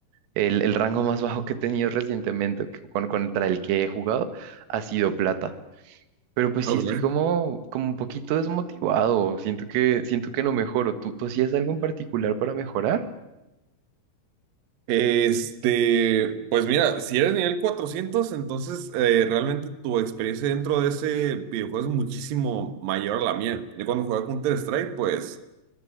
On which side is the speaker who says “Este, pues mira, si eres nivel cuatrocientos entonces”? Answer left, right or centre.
Right